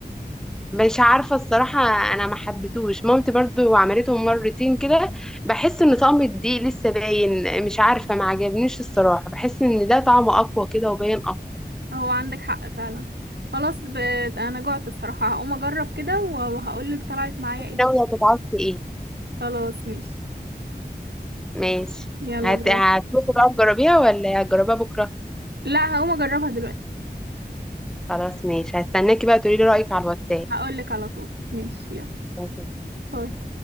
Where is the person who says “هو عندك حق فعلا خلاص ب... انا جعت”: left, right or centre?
Right